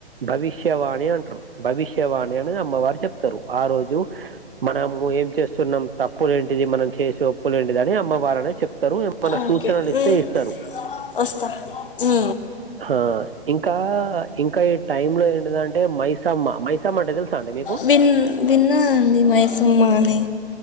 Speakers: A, on the right (about 60°); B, on the left (about 55°).
A: భవిష్యవాణి అంటారు భవిష్యవాణి అని అమ్మవారు చెప్తారు ఆ రోజు మనము ఏమీ చేస్తున్నాం తప్పులు ఏంటిది మనం చేసే ఒప్పులు ఏంటిది అని అమ్మవారు ఆనే చెప్తారు ఏమన్న
B: ఓకే
A: సూచనలు ఇస్తే
B: ఉమ్,
A: ఇస్తారు
B: వస్తా ఉ
A: ఆ ఇంకా ఇంకా ఈ టైమ్ లో ఏంటిద అంటే మైసామ్మ మైసామ్మ అంటే తెలుసా అండి మీకు
B: విన్ విన్నానండీ మైసమ్మా అని